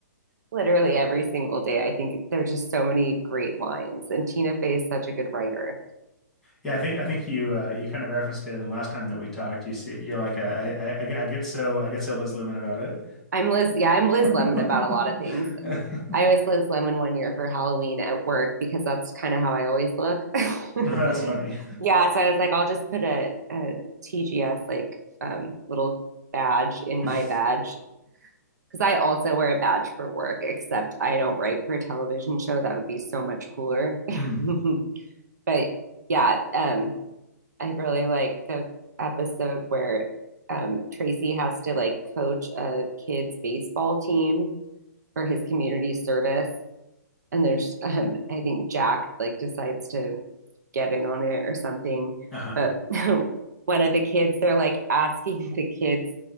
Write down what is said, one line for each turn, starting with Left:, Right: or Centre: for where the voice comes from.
Right: literally every single day. I think there's just so many great lines, and Tina Fey is such a good writer.
Centre: Yeah, I think I think you uh, you kind of referenced it in the last time that we talked. You see, you're like, uh, I, I I get I get so I get so Liz Lemon about it.
Right: I'm Liz. Yeah, I'm Liz
Centre: <laughs>
Right: Lemon about a lot of things. I was Liz Lemon one year for Halloween at work because that's kind of how I always look. <laughs>
Centre: No, that's funny.
Right: yeah, so I was like, I'll just put a, TGS like um, little badge in
Centre: <laughs>
Right: my badge because I also wear a badge for work, except I don't write for a television show. That would be so much cooler.
Centre: Mm,
Right: <laughs> but yeah, um, I really like the episode where um, Tracy has to like coach a kid's baseball team for his community service. And there's, um, I think Jack like decides to get in on it or something.
Centre: uh-huh.
Right: But <laughs> one of the kids, they're like asking the kids,